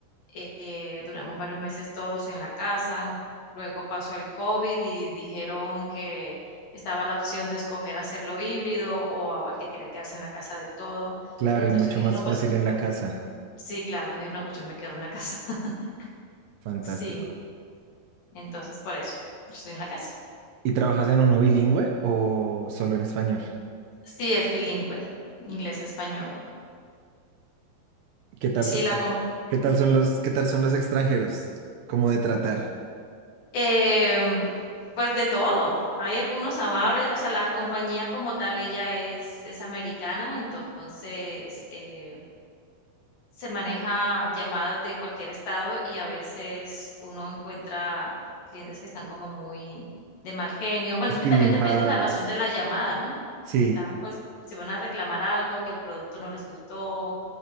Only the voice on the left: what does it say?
Eh, duramos varios meses todos en la casa. Luego pasó el COVID y dijeron que estaba la opción de escoger hacerlo híbrido o al que quería quedarse en la casa del todo.
Entonces
yo dije,
no,
pues me
quedo.
Sí, claro. Yo dije, no, pues yo me quedo en la casa. <laughs>
Sí, entonces por eso estoy en la casa.
Sí, es bilingüe, inglés-español.
Sí,
la
com
em, pues de todo. Hay algunos amables, o sea, la compañía como tal, ella es es americana, entonces, eh se maneja llamadas de cualquier estado y a veces uno encuentra clientes que están como muy de mal genio. Bueno,
es que también
depende de la razón de la llamada, ¿no?
Si están, pues, si van a reclamar algo, que el producto no les gustó,